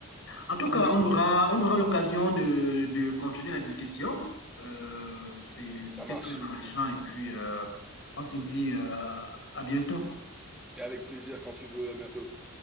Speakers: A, on the left (about 60°); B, in the centre.
A: en tout cas,
B: Oui,
A: on aura, on aura l'occasion de, de continuer la discussion. Euh, c'est- c'était
B: ça marche.
A: très enrichant et puis euh, on s'est dit euh, à bientôt.
B: Et avec plaisir quand tu veux, à bientôt.